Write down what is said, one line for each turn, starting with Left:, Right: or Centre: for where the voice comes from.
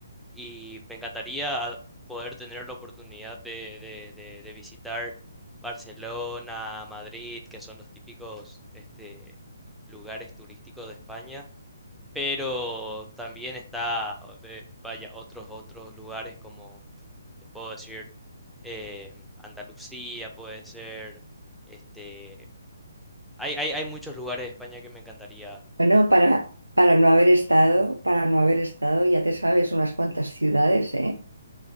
Centre: y me encantaría poder tener la oportunidad de, de- de- de visitar Barcelona, Madrid, que son los típicos este, lugares turísticos de España, pero también está, o de- vaya, otros, otros lugares como, te puedo decir, eh, Andalucía puede ser, este, hay, hay, hay muchos lugares de España que me encantaría
Right: Bueno, para, para no haber estado, para no haber estado, ya te sabes unas cuantas ciudades, ¿eh?